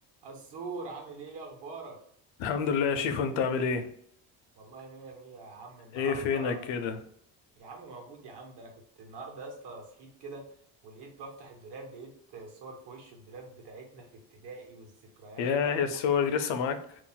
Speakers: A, on the right; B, on the left.
A: السور عامل ايه إيه اخبارك
B: الحمد لله يا شيف انت عامل ايه
A: والله مية مية يا عم النهارده
B: ايه فينك كده
A: يا عم موجود يا عم ده انا كنت النهارده يا اسطى صحيت كده ولقيت بفتح الدولاب لقيت صور في وش الدولاب بتاعتنا في ابتدائي والذكريات
B: ياه
A: بقى
B: يا
A: والح...
B: الصور دي لسه معاك